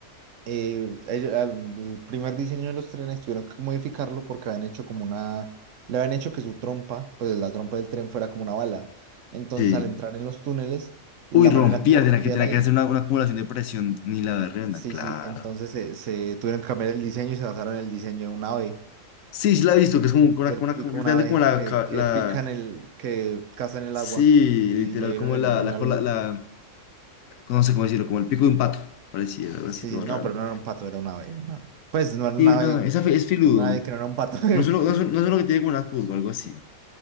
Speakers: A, on the right; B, on the left.
A: eh, ello- al- el, primer diseño de los trenes tuvieron que modificarlo porque habían hecho como una... Le habían hecho que su trompa, pues la trompa del tren fuera como una bala. Entonces,
B: Sí.
A: al entrar en los túneles, la
B: Uy, rompía,
A: manera como rompía
B: tenía que, tenía
A: el aire,
B: que hacer una, una acumulación de presión, ni la berrenda,
A: sí,
B: claro.
A: sí, entonces se, se tuvieron que cambiar el diseño y se basaron en el diseño de un ave,
B: Sí, sí la he visto, que es como una,
A: del
B: una,
A: pico
B: como- literalmente
A: de un ave
B: como la,
A: que,
B: ca-
A: que
B: la,
A: pica en el, que caza en el
B: sí,
A: agua y
B: literal,
A: le dieron
B: como
A: el
B: la,
A: diseño
B: la, cola- la, no sé cómo decirlo, como el pico de un pato, parecía, algo
A: Sí,
B: así todo
A: sí, no,
B: raro.
A: pero no era un pato, era un ave, era un ave. Pues no era
B: Sí,
A: un ave,
B: no, esa fe- es filudo,
A: un ave que no era un pato. <laughs>
B: no es uno, no es uno, no es uno que tiene como una curva, algo así, o